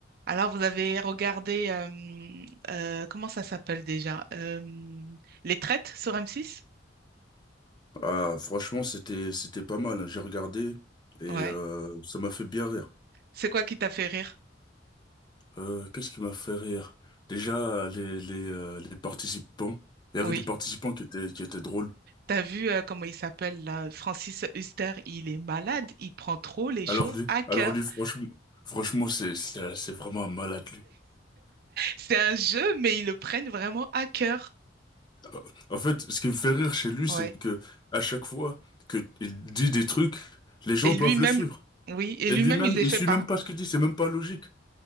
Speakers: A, on the right; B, on the left.
A: Alors, vous avez regardé, euh, euh, comment ça s'appelle déjà? Euh, Les Traites sur M6?
B: Ah, franchement, c'était c'était pas mal. hein. J'ai regardé et euh,
A: Ouais.
B: ça m'a fait bien rire.
A: C'est quoi qui t'a fait rire?
B: Euh, qu'est-ce qui m'a fait rire? Déjà, les les euh, les participants. Il y avait
A: Oui.
B: des participants qui étaient qui étaient drôles.
A: T'as vu euh, comment il s'appelle là? Francis Huster, il est malade, il prend trop les
B: Alors
A: choses
B: lui,
A: à cœur.
B: alors lui, franchement, franchement, c'est c'est c'est vraiment un malade lui.
A: C'est un jeu, mais ils le prennent vraiment à cœur.
B: Euh, En fait, ce qui me fait rire chez lui,
A: Ouais.
B: c'est que à chaque fois que il dit des trucs, les gens
A: Et
B: doivent
A: lui-même,
B: le suivre.
A: oui, et
B: Et
A: lui-même,
B: lui-même,
A: il ne les
B: il
A: fait
B: suit
A: pas.
B: même pas ce qu'il dit. C'est même pas logique.